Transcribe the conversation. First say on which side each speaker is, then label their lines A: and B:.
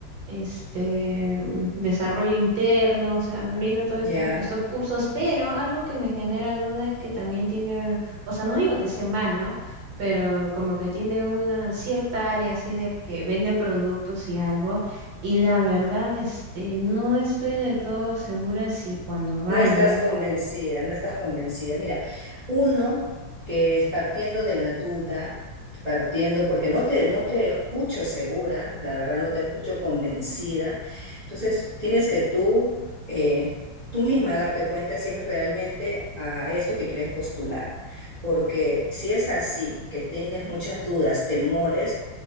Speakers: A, on the right; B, on the right.
A: este, mm, desarrollo interno, o sea, brinda todos esto-
B: ya.
A: estos cursos, pero algo que me genera duda es que también tiene, o sea, no digo que esté mal, ¿no? Pero como que tiene una cierta área así de que vende productos y algo, y la verdad, este, no estoy de todo segura si cuando vaya,
B: No estás convencida, no estás convencida. Mira, uno que es partiendo de la duda, partiendo, porque no te, no te escucho segura, la verdad no te escucho convencida, entonces tienes que tú, eh, tú misma darte cuenta si es realmente a esto que quieres postular, porque si es así, que tienes muchas dudas, temores,